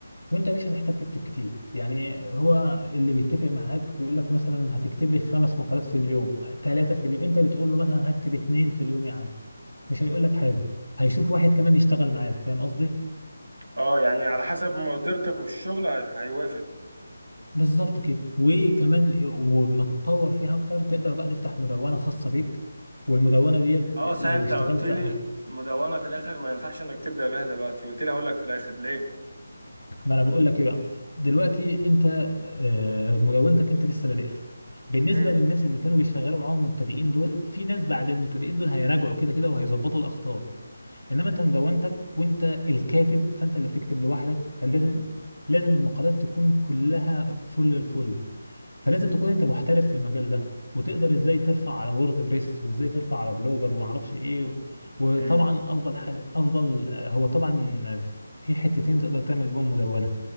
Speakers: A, on the left; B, on the right.
A: وانت مش هتحتاج تكتب كتير يعني هو اللي بيتفق معاك بيقول لك مثلا هتكتب لي خمس مقالات في اليوم ثلاثة في اليوم انت بتقول له مثلا هكتب اتنين في اليوم يا عم مش هيقول لك حاجة هيشوف واحد كمان يشتغل معاك فاهم قصدي
B: اه يعني على حسب مقدرتك والشغل هي- هيوافق
A: فبالظبط كده وكمان وما تتطور فيها اكتر تقدر بقى تفتح مدونة خاصة بيك والمدونة ديت
B: اه
A: لو
B: صحيح انت
A: اشتغلت
B: قلت لي المدونه في الاخر ما ينفعش انك تبدا بيها دلوقتي قلت لي هقول لك في الاخر ليه
A: ما انا بقول لك ايه بقى دلوقتي انت آه، مدونتك انت لسه بادئها بالنسبه
B: امم
A: للناس اللي كانوا بيشغلوا معاهم المبتدئين دول في ناس بعد المبتدئين دول هيراجعوا كده كده وهيظبطوا الاخطاء انما انت مدونتك وانت الكاتب فانت اللي بتكتب لوحدك فلازم لازم المقالات تكون كلها فل الفل فلازم تكون انت محترف في المجال ده وتقدر ازاي ترفع على وورد بريس وازاي ترفع على بلوجر وما اعرفش ايه وطبعا
B: امم
A: افضل حاجه افضل هو طبعا في حتتين تقدر تعمل بهم مدونه